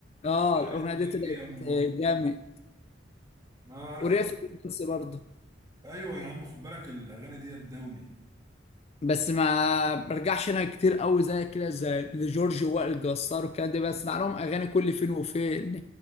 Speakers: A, on the left; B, on the right.
A: اه
B: بحبك
A: الاغنيه دي طلعت
B: يا أما
A: آه، جامد
B: آه عارف
A: وريا
B: أنت
A: في الرومانس برضه
B: أيوه يا عم خد بالك الأغاني دي الدولي
A: بس ما برجعش انا كتير قوي زي كده زي لجورج وائل جسار والكلام ده بسمع لهم اغاني كل فين وفين